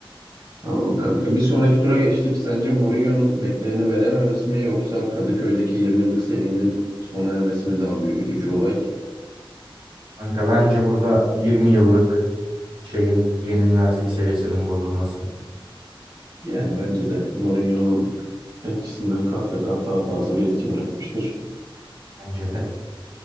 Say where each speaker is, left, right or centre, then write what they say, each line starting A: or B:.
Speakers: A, on the right; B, on the right.
A: Tamam kanka. Bir sonraki tura geçtik. Sence Mourinho'nun bekleneni verememesi mi yoksa Kadıköy'deki 20 yıllık serinin sona ermesi mi daha bir üzücü olay?
B: Kanka bence burada 20 yıllık şeyin yenilmezlik serisinin bozulması.
A: Yani bence de Mourinho'nun etkisinden kat ve kat daha fazla bir etki bırakmıştır.
B: Bence de.